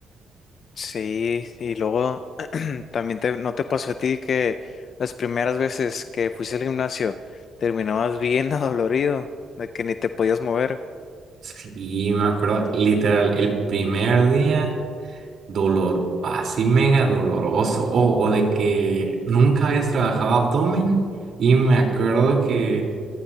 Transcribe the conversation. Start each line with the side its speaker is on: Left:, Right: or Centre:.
Left: Sí, y luego <clears throat> también te, ¿no te pasó a ti que las primeras veces que fuiste al gimnasio terminabas bien <laughs> adolorido, de que ni te podías mover?
Right: Sí, me acuerdo, literal, el primer día, dolor, así mega doloroso, o, o de que nunca habías trabajado abdomen, y me acuerdo que,